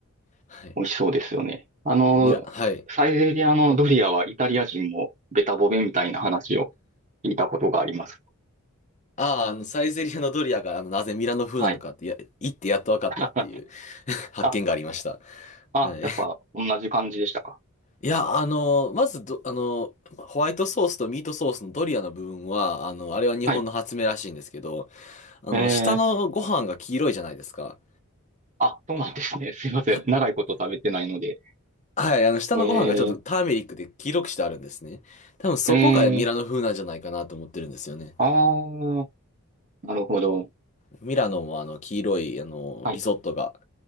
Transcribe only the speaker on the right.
美味しそうですよね。あの、
サイゼリアのドリアはイタリア人もベタボベみたいな話を聞いたことがあります。
はい。
<laughs>
あ、あ、
やっぱ同じ感じでしたか。
はい。
えー、
あ、そうなんですね。すいません。
長いこと食べてないので。
え
ー、えー、あー、なるほど。
はい。